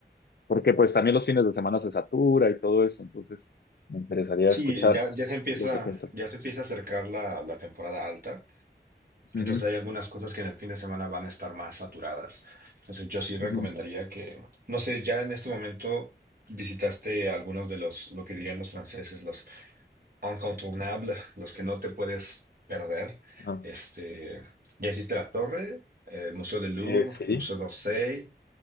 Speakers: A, on the left (about 65°); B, on the right (about 55°).
A: porque pues también los fines de semana se satura y todo eso, entonces me interesaría
B: Sí,
A: escuchar
B: ya, ya se empieza,
A: lo que piensas.
B: ya se empieza a acercar la, la temporada alta.
A: Ujú,
B: Entonces hay algunas cosas que en el fin de semana van a estar más saturadas. Entonces yo sí recomendaría
A: ujú.
B: que, no sé, ya en este momento visitaste algunos de los, lo que dirían los franceses, los incontournables, los que no te puedes perder.
A: Ajá.
B: Este, ya hiciste la Torre, el Museo del Louvre,
A: Eh, sí.
B: Museo d'Orsay,